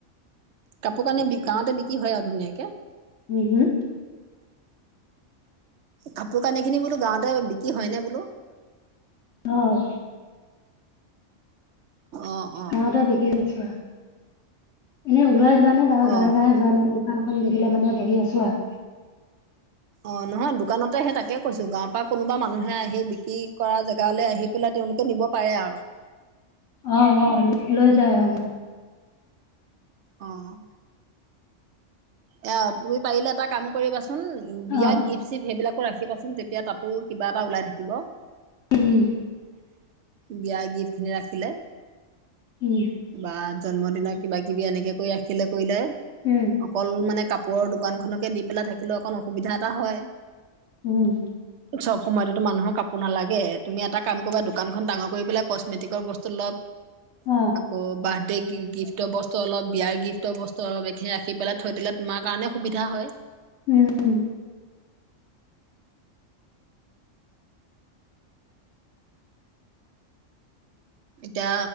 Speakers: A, on the right; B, on the left.
A: কাপোৰ কানি বি গাঁৱতে বিক্ৰী হয় আৰু ধুনীয়াকে?
B: উম হুম!
A: কাপোৰ কানি খিনি বোলো গাঁওতে বিক্ৰী হয়নে বোলোঁ?
B: অ'।
A: অ অ
B: গাঁৱতে বিকি গাইছো আৰু, এনেই ওলাই যোৱা নে বাৰু গাঁৱে
A: অ
B: গাঁৱে যোৱা নাই। দোকান এখন দি পেলাই মানে বহি আছো আৰু।
A: অ', নহয় দোকানতে সেই তাকে কৈছোঁ, গাঁৱৰ পৰা কোনোবা মানুহে আহি বিক্ৰী কৰা জেগালৈ আহি পেলাই তেওঁলোকে নিব পাৰে আৰু।
B: অ', - অ', লৈ যায়, অ',।
A: অ'। এয়া তুমি পাৰিলে এটা কাম কৰিবাচোন, বিয়া
B: অ
A: গিফ্ট চিফ্ট সেইবিলাকো ৰাখিবাচোন, তেতিয়া তাতো কিবা এটা ওলাই থাকিব।
B: উম।
A: বিয়া গিফ্টখিনি ৰাখিলে
B: উম।
A: বা জন্মদিনৰ কিবা কিবি এনেকে কৰি ৰাখিলে কৰিলে
B: উম।
A: অকল মানে কাপোৰৰ দোকানখনকে দি পেলাই থাকিলে অকণ অসুবিধা এটা হয়।
B: উম।
A: চব সময়তেতো মানুহৰ কাপোৰ নালাগে, তুমি এটা কাম কৰিবা দোকানখন ডাঙৰ কৰি পেলাই কচমেটিকৰ বস্তু অলপ
B: অ'।
A: আকৌ বাৰ্থডে গিফ্টৰ বস্তু অলপ, বিয়াৰ গিফ্টৰ বস্তু অলপ, এই খিনি ৰাখি পেলাই থৈ দিলে তোমাৰ কাৰণে সুবিধা হয়।
B: উম, উম।
A: এতিয়া